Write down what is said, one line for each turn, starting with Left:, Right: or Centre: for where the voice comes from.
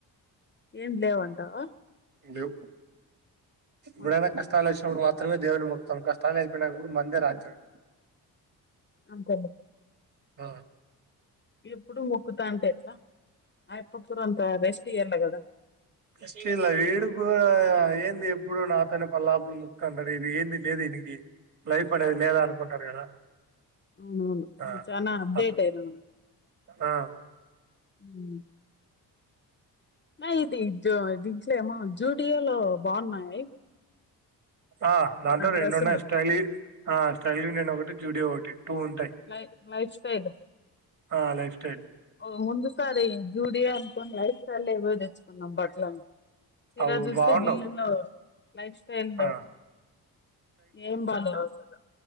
Left: ఏం లేవంటావా
Right: లెవ్
Left: మంచి
Right: బడన
Left: పని
Right: కష్టాలచ్చినపుడు వాళ్ళు త్రమే దేవుని మొక్కుతాం కష్టాలు అయిపోయినక్కా పోన్ మందర ఆచర్
Left: అంతలే
Right: అ
Left: ఎప్పుడు మొక్కుతాంటే వా అయప్ప కూడా కొంత రెస్ట్ ఇయ్యాలి కదా
Right: ఫస్టు ఎంద్ ఎడుపు ఏంది ఎప్పుడు నాతోనే పల్లాపులు ముక్క అన్నాది ఇది ఏంది దేనికి లైఫ్ అనేది నేన్ అనుకుంటాన్నా గాద
Left: అవునవును నువ్వు
Right: ఆ
Left: చానా అప్డేట్
Right: అటు
Left: అయినావు
Right: అ
Left: ఉ న ఇది జో దించేమో జ్యూడియోలో బాగున్నాయి
Right: ఆ దాంతో
Left: బా డ్రెస్సులు
Right: రెండున్నాయి స్టైల్యీ ఆ స్టైల్వి నేన్ ఒకటి జూడియో ఒకటి టూ ఉంటాయి
Left: లై లైఫ్ స్టైల్
Right: ఆ లైఫ్ స్టైల్
Left: ఓ ముందుకాడి జూడియో అంట లైఫ్ చాలొ ఎవో తెచ్చుకున్నాం బట్టలని తీరా
Right: అవి
Left: చూస్తే
Right: బాగుండవు
Left: బిల్లును లైఫ్ స్టైల్
Right: ఆ
Left: ఏం బాలేదు అసలు